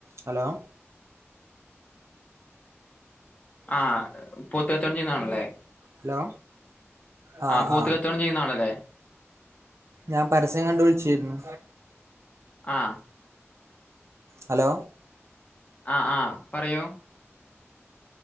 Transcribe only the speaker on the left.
ആ പോത്ത് കച്ചോടം ചെയ്യുന്ന ആളല്ലേ
ആ പോത്ത്
കച്ചവണം ചെയ്യുന്ന ആളല്ലേ
ആ
ആ ആ പറയോ